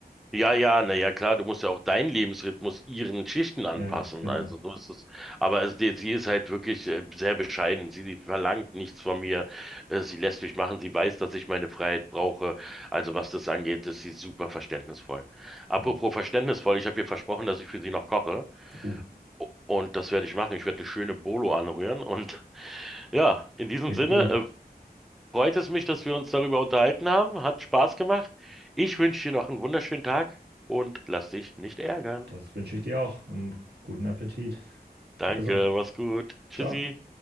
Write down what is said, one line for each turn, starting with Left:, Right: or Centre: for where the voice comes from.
Centre: Ja, ja, na ja, klar, du musst ja auch deinen Lebensrhythmus ihren Schichten anpassen.
Right: Ja, genau.
Centre: Also so ist es. Aber es, die- sie ist halt wirklich äh, sehr bescheiden. Sie verlangt nichts von mir. Äh, Sie lässt mich machen. Sie weiß, dass ich meine Freiheit brauche. Also was das angeht, ist sie super verständnisvoll. Apropos
Right: Hm.
Centre: verständnisvoll, ich habe ihr versprochen, dass ich für sie noch koche.
Right: Uh,
Centre: O- Und das werde ich machen. Ich werde eine schöne Bolo anrühren. Und <laughs> ja, in diesem
Right: klingt
Centre: Sinne,
Right: gut.
Centre: äh, Freut es mich, dass wir uns darüber unterhalten haben. Hat Spaß gemacht. Ich wünsche dir noch einen wunderschönen Tag und lass dich nicht ärgern.
Right: Das wünsche ich dir auch und guten Appetit.
Centre: Danke,
Right: Also,
Centre: mach's gut. Tschüssi.
Right: ciao.